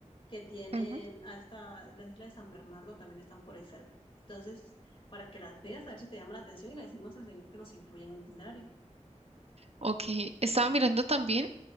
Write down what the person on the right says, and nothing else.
ujú.
Ok, estaba mirando también.